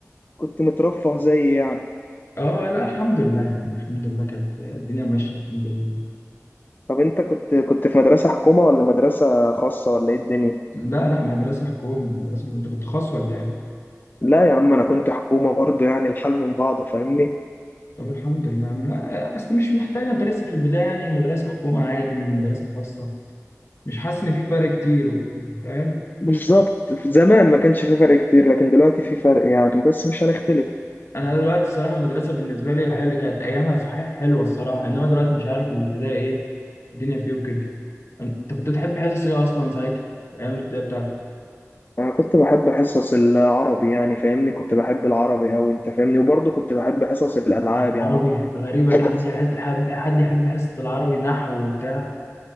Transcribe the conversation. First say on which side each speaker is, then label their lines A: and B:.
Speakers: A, on the left; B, on the left.
A: كنت مترفه زي إيه يعني
B: اه لا الحمد لله يعني الحمد لله كانت الدنيا ماشيه الحمد لله
A: طب انت كنت كنت في مدرسه حكومه ولا مدرسه خاصه ولا ايه الدنيا
B: لا لا مدرسه حكومي مدرسه حكومي. انت كنت خاص ولا ايه
A: لا يا عم انا كنت حكومه برضو يعني الحال من بعضه فاهمني
B: طب الحمد لله لا اصل مش محتاجه انت لسه في البدايه يعني مدرسه حكومه عادي من مدرسه خاصه مش حاسس ان في فرق كتير فاهم
A: بالظبط زمان ما كانش في فرق كتير لكن دلوقتي في فرق يعني بس مش هنختلف
B: انا دلوقتي الصراحه المدرسه بالنسبه لي حلوه كانت ايامها صحيح حلوه الصراحه انما دلوقتي مش عارف الابتدائي ايه الدنيا فيه وكده انت كنت بتحب حصص ايه اصلا ساعتها في ايام الابتدائي بتاعتك
A: انا كنت بحب حصص العربي يعني فاهمني كنت بحب العربي أوي انت فاهمني وبرضه كنت بحب حصص الالعاب
B: يعني عربي
A: يعني
B: غريبه
A: بحب
B: دي حد
A: حص-
B: يحس حب حد يحب حصه العربي نحو وبتاع